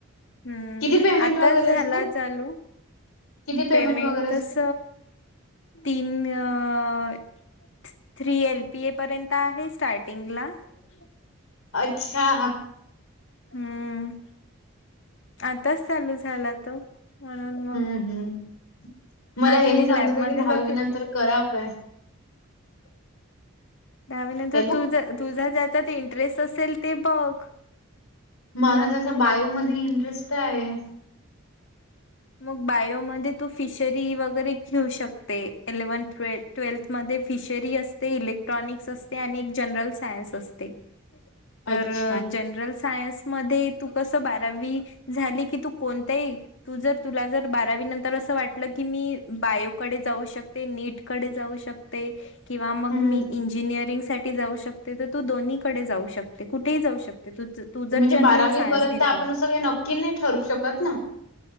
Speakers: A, on the left; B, on the left.
A: हम्म
B: किती पेमेंट
A: आताच
B: वगैरे
A: झाला
B: असते
A: चालू.
B: किती
A: पेमेंट
B: वगैरे असते
A: तस तीन अ थ्री एल पी ए पर्यंत आहे स्टार्टिंगला. <inaudible>
B: अच्छा.
A: हम्म <inaudible> आताच चालू झाला तो. म्हणून मग
B: हम्म हम्म. मला
A: आधी
B: हे नाही
A: मी
B: समजत
A: लॅबमध्ये
B: आहे की दहावी
A: जात
B: नंतर
A: होते
B: करावं काय?
A: <inaudible> दहावीनंतर
B: हॅलो
A: तुझ तुझा ज्याच्यात इंटरेस्ट असेल ते बघ.
B: माझा जसा बायोमध्ये इंटरेस्ट आहे.
A: मग बायोमध्ये तू फिशरी वगैरे घेऊ शकते. इलेव्हन्थ, ट्वेल्थ म ते फिशरी असते, इलेक्ट्रॉनिक्स असते आणि एक जनरल सायन्स असते. तर
B: अच्छा
A: जनरल सा सायन्स मध्ये तू कस बारावी झाली की तू कोणतही तू जर तुला जर बारावी नंतर असं वाटलं की मी बायोकडे जाऊ शकते. नीटकडे जाऊ शकते किंवा मग
B: हम्म
A: मी इंजिनिअरिंग साठी जाऊ शकते तर तू दोन्हीकडे जाऊ शकते. कुठेही जाऊ शक तू जर
B: म्हणजे
A: जनरल
B: बारावी
A: सायन्स
B: पर्यंत
A: घेतलं
B: आपण असं काही नक्की नाही ठरू शकत ना